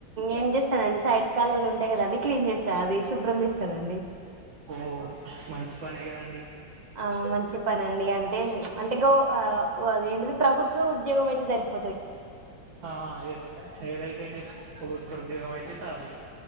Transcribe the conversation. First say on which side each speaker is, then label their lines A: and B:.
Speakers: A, on the right; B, on the right.
A: ఏం చేస్తానండి సైడ్ కాలువలుు ఉంటాయి కదా అది క్లీన్ చేస్తా అది శుభ్రం చేస్తానండి
B: ఓహో మంచి పనే కదండి
A: ఆ మంచి పనండి అంటే అదే అంతే గో ఆ అదేంటిది ప్రభుత్వ ఉద్యోం అయితే జరిపు
B: ఆ ఏదైత ఏదైతే అండి ప్రభుత్వ ఉద్యోగం అయితే ఇ చాలు